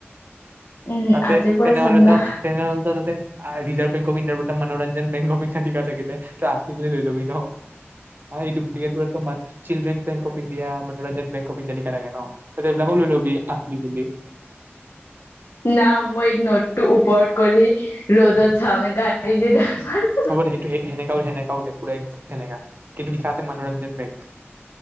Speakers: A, on the left; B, on the right.
A: উম
B: তাতে
A: আজিৰ পৰা
B: তেনেহ'লেত
A: চাম না
B: তেনেহলেত তাতে আৰ ৰিজাৰ্ভ বেংক কবি নে উল্তা মনোৰঞ্জন বেংক হবে থাকিলে থাকিলে ত আচলি বুলি লৈ ল'বি ন আৰু এইটো চিল্ড্ৰেন বেক অফ ইণ্ডিয়া মনোৰঞ্জন বেংক অফ ইণ্ডিয়া লিখা থাকে ন তই ত এইবিলাকো লৈ ল'বি আচলি বুলি।
A: না মই নোদ টো ওপৰত কৰি ৰ'দত চাম গান্ধীৰে কপাল
B: হ'ব দে সেইটোৱে সেই। সেনেকাও সেনেকাও দে পৰা সেনেকা কিন্তু লিখা আছে মনোৰঞ্জন বেংক।